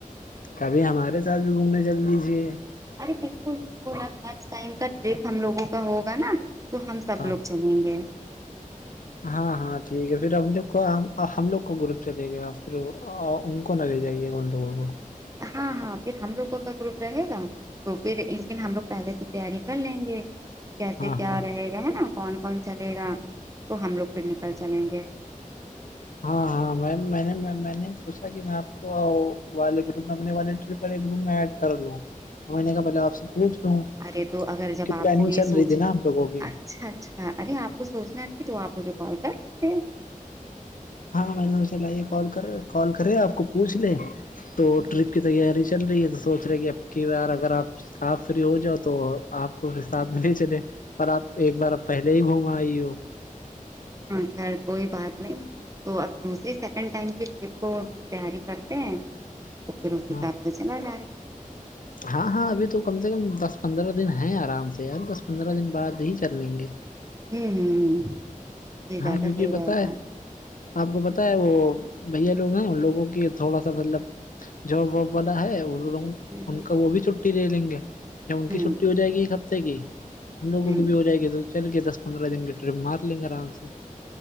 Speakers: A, on the left; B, on the right.
A: کبھی ہمارے ساتھ بھی گھومنے چل دیجیے
B: ارے بالکل بالکل اب نیکسٹ ٹائم کا ٹرپ ہم لوگوں کا ہوگا نا تو ہم سب
A: ہاں
B: لوگ چلیں گے
A: ہاں ہاں ٹھیک ہے فیر اب دیکھو ہم لوگ اب کو ہم لوگ کو گروپ دے گیا فیر وہ ان کو نا لے جائیے گا ان لوگوں کو
B: ہاں ہاں پھر ہم لوگوں کا گروپ رہے گا تو فیر لیکن ہم لوگ پہلے سے تیاری کر لیں گے کیسے
A: ہاں
B: کیا
A: ہاں
B: رہے گا ہے نا کون کون چلے گا تو ہم لوگ پھر نکل چلیں گے
A: ہاں ہاں میم میں نے میں نے سوچا کہ میں آپ کو والے گروپ میں اپنے والے ٹرپ والے گروپ میں ایڈ کر لوں میں نے کہا پہلے آپ سے پوچھ لوں
B: ارے تو اگر
A: ٹرپ
B: جب
A: کی پلاننگ
B: آپ کو یہ
A: چل
B: سوچنا
A: رہی تھی نا ہم
B: <unintelligible>
A: لوگوں کی
B: اچھا اچھا ارے آپ کو سوچنا تھی تو آپ مجھے کال کر لیتے
A: ہاں میں نے سوچا لیئے کال کر کال کرے آپ کو پوچھ لے تو
B: ہوں
A: ٹرپ کے تیاری چل رہی ہے تو سوچ رہے کہ اب کی بار اگر آپ آپ فری ہو جاؤ تو آپ کو بھی ساتھ میں لے چلے پر آپ ایک بار آپ پہلے ہی گھوم آئی ہو
B: ہاں کھیر کوئی بات نہیں تو اب دوسری سیکنڈ ٹائم کی ٹرپ کو تیاری کرتے ہیں تو پھر اس
A: ہاں
B: حساب سے چلا جائے گا
A: ہاں ہاں ابھی تو کم سے کم دس پندرہ دن ہیں آرام سے یار دس پندرہ دن بعد ہی چل لیں گے
B: ہمم یے
A: ہاں
B: زیادہ
A: کیونکہ
B: صحیح رہیگا
A: پتہ ہے آپ کو پتا ہے وہ بھیا لوگ نا ان لوگوں کے تھوڑا سا مطلب <unintelligible> جاب واب والا ہے ان
B: ہ
A: کا وہ بھی چھٹی لیں لیں گے یا ان
B: ہ
A: کی چھٹی ہوجایگی ایک ہفتے کی ہم لوگوں
B: ہ
A: کو بھی ہو جائے گے تو چل کے دس پندرہ دن کے ٹرپ مار لیں گے آرام سے